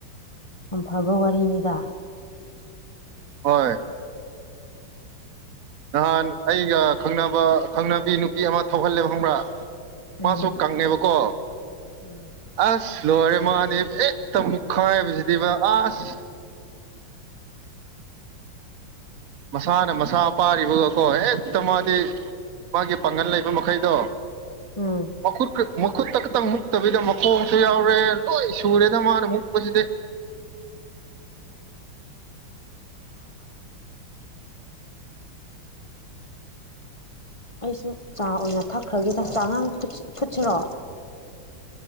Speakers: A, on the left; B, on the right.
A: ꯑꯝꯐꯕ ꯋꯥꯔꯤꯅꯤꯗ
B: ꯍꯣꯏ ꯅꯍꯥꯟ ꯑꯩꯒ ꯈꯪꯅꯕ ꯈꯪꯅꯕꯤ ꯅꯨꯄꯤ ꯑꯃ ꯊꯧꯍꯜꯂꯦꯕ ꯈꯪꯕ꯭ꯔꯥ ꯃꯥꯁꯨ
A: ꯎꯝ
B: ꯀꯪꯉꯦꯕꯀꯣ
A: ꯎꯝ
B: ꯑꯁ ꯂꯣꯏꯔꯦ ꯃꯥꯅꯦ ꯍꯦꯛꯇ ꯑꯃꯨꯛ ꯈꯥꯏꯕꯁꯤꯗꯤꯕ ꯑꯁ ꯃꯁꯥꯅ ꯃꯁꯥ ꯄꯥꯔꯤꯕꯒꯀꯣ ꯍꯦꯛꯇ ꯃꯥꯗꯤ ꯃꯥꯒꯤ ꯄꯥꯡꯒꯜ ꯂꯩꯕ ꯃꯈꯩꯗꯣ
A: ꯎꯝ
B: ꯃꯈꯨꯠ ꯃꯈꯨꯠꯇ ꯈꯛꯇꯪ ꯃꯨꯛꯇꯕꯤꯗ ꯃꯈꯣꯡꯁꯨ ꯌꯥꯎꯔꯦ ꯂꯣꯏ ꯁꯨꯔꯦꯗ ꯃꯥꯅ ꯃꯨꯛꯄꯁꯤꯗꯤ
A: ꯑꯩꯁꯨ ꯆꯥ ꯑꯣꯏꯅ ꯊꯛꯈ꯭ꯔꯒꯦꯗ ꯆꯥꯉꯥꯡ ꯐꯨꯠꯁꯤꯔꯣꯑꯣ